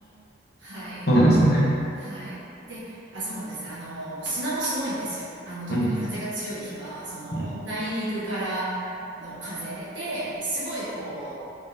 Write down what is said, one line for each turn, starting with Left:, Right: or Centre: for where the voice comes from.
Right: はい。
Left: そうなんですね。
Right: はい。で、あ、そうなんです。あの、もう砂もすごいんですよ。あの、特に風が強い日は、
Left: うん、
Right: その、
Left: うん、
Right: 内陸からの風で、すごいこ